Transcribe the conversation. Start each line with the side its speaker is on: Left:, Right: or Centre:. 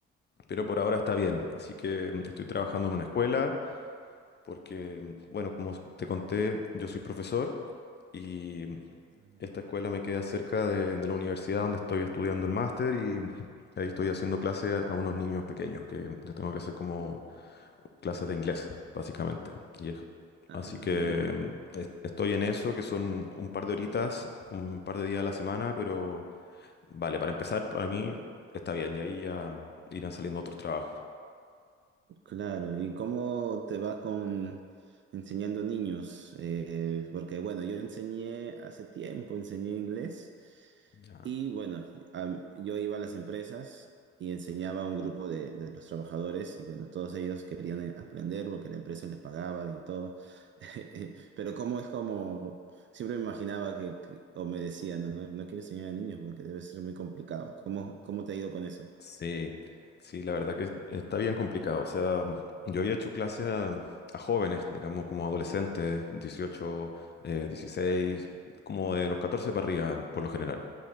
Left: pero por ahora está bien. Así que mm, estoy trabajando en una escuela porque, mm, bueno, como te conté, yo soy profesor y mm,
Right: Ah, ya.
Left: esta escuela me queda cerca de, de la universidad donde estoy estudiando el máster y mm, ahí estoy haciendo clase a, a unos niños pequeños que les tengo que hacer como clases de inglés, básicamente. Y es-
Right: Ah,
Left: así que
Right: ya.
Left: mm, es- estoy en eso, que son un par de horitas, un par de días a la semana, pero mm, vale, para empezar, para mí está bien y ahí ya irán saliendo otros trabajos.
Right: Claro. ¿Y cómo te va con enseñando niños? Eh, porque bueno, yo enseñé hace tiempo, enseñé inglés.
Left: Ya.
Right: Y bueno, am- yo iba a las empresas y enseñaba a un grupo de, de los trabajadores y bueno, todos ellos querían eh, aprender porque la empresa les pagaba y todo. <laughs> Pero como es como, siempre me imaginaba que, que- o me decían, no, no, no quiero enseñar a niños porque debe ser muy complicado. ¿Cómo, cómo te ha ido con eso?
Left: Sí, sí, la verdad que está bien complicado. O sea, yo había hecho clases a, a jóvenes, digamos, como adolescentes, 18, eh, 16, como de los 14 para arriba, por lo general.